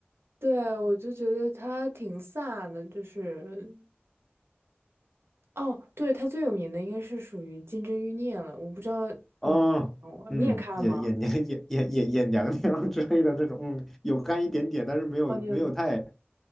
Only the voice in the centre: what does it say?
哦，嗯，眼眼娘眼眼眼眼娘娘 <laughs> 之类的这种，嗯，有干一点点，但是没有没有太，